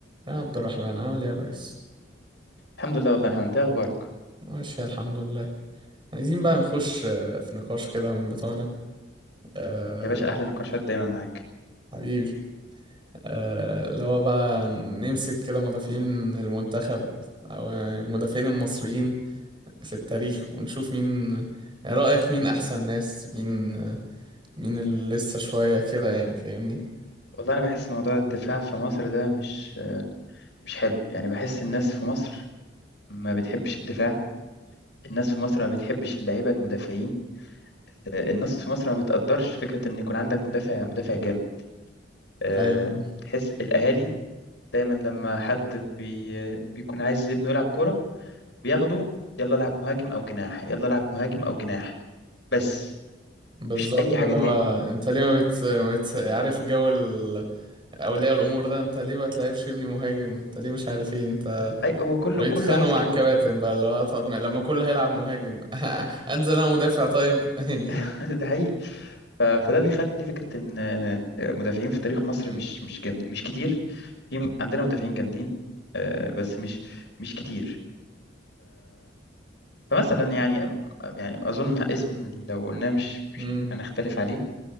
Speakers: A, on the right; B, on the left.
A: يا عبد الرحمن عامل ايه يا ريس؟
B: الحمد لله والله يا محمد ده اخبارك
A: ماشي الحمد لله عايزين بقى نخش آه، في نقاش كده من بتوعنا أه
B: يا باشا احلى نقاشات دايما معاك
A: حبيبي آه، اللي هو بقى نمسك كده مدافعين المنتخب أو المدافعين المصريين في التاريخ ونشوف مين يعني رأيك مين أحسن ناس مين آه، مين اللي لسه شوية كده يعني فاهمني؟
B: والله انا بحس موضوع الدفاع في مصر ده مش مش حلو يعني بحس الناس
A: مم.
B: في مصر ما بتحبش الدفاع الناس في مصر ما بتحبش اللعيبه المدافعين آه، الناس في مصر ما بتقدرش فكره ان يكون عندك مدافع مدافع جامد آه،
A: ايوه فاهم.
B: تحس الاهالي دايما لما حد بي بيكون عايز ابنه يلعب كوره بياخده يلا العب مهاجم او جناح يلا العب مهاجم او جناح بس
A: بالظبط
B: مفيش اي حاجه
A: اللي
B: تاني
A: هو انت ليه ما بت... ما بت... عارف جو ال- اولياء الامور ده انت ليه ما تلعبش ابني مهاجم انت ليه مش عارف ايه انت
B: اي هو كله
A: ويتخانقوا
B: كله عايز
A: مع
B: كده
A: الكباتن بقى اللي هو طب ما- لما كله هيلعب مهاجم <laughs> انزل انا مدافع طيب <laughs> يعني
B: <laughs> ده حقيقي ف- فده بيخلي فكرة إن آه، مدافعين في تاريخ مصر
A: مم.
B: مش مش جم... مش كتير في عندنا مدافعين جامدين آه، بس مش مش كتير فمثلا يعني آه، يعني أظن اسم لو قلناه مش مش
A: مم.
B: هنختلف عليه